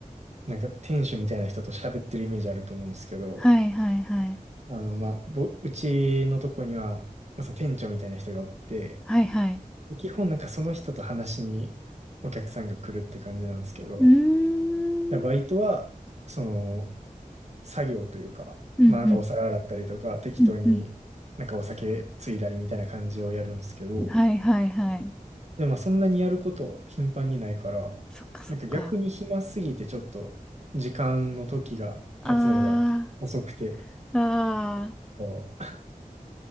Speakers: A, on the right; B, in the centre.
A: なんか店主みたいな人と喋ってるイメージあると思うんですけど、
B: はいはいはい。
A: あの、まあ、ぼ、うちのとこには、まあ、その店長みたいな人がおって、
B: はいはい。
A: 基本なんかその人と話しにお客さんが来るって感じなんですけど、
B: うーん。
A: だバイトは、その、作業というか、
B: うんうん。
A: まあ、なんかお皿洗ったりとか、適当になんかお酒ついだりみたいな感じをやるんですけど、
B: うんうん。はいはいはい。
A: でもまあそんなにやること頻繁にないから、
B: そっかそっか。
A: なんか逆に暇すぎてちょっと時間の時が経つのが遅くて、
B: ああ。ああ、
A: こ